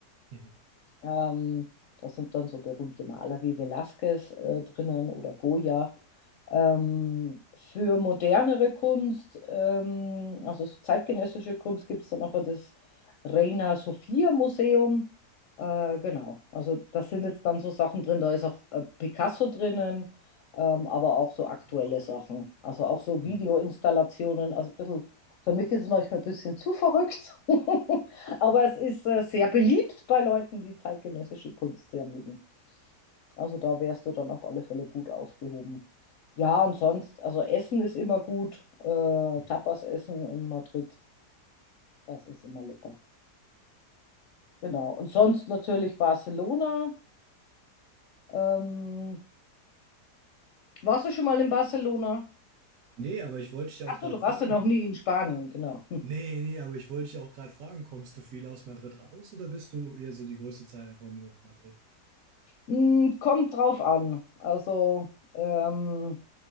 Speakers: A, on the right; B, on the left.
A: Mhm.
B: Ähm, da sind dann so berühmte Maler wie Velázquez äh, drinnen oder Goya. Ähm, für modernere Kunst, ähm, also so zeitgenössische Kunst, gibt es dann auch das Reina Sofia Museum. Äh, genau, also da sind jetzt dann so Sachen drin, da ist auch äh, Picasso drinnen, ähm, aber auch so aktuelle
A: Boah.
B: Sachen, also auch so Videoinstallationen,
A: Mhm.
B: also ein bisschen, für mich ist es manchmal ein bisschen zu verrückt. <laughs> Aber es ist äh, sehr beliebt bei Leuten, die zeitgenössische Kunst sehr mögen. Also da wärst du dann auf alle Fälle gut aufgehoben. Ja, und sonst, also Essen ist immer gut. Äh,
A: Mhm.
B: Tapas essen in Madrid, das ist immer lecker. Genau. Und sonst natürlich Barcelona. Ähm, warst du schon mal in Barcelona?
A: Nee, aber ich wollte dich ja
B: Ach
A: auch gerade
B: so, du warst
A: fragen.
B: ja noch nie in Spanien, genau. <laughs>
A: Nee, nee, aber ich wollte dich ja auch gerade fragen, kommst du viel aus Madrid raus oder bist du eher so die größte Zeit einfach nur in Madrid?
B: Hm, Kommt drauf an. Also, ähm,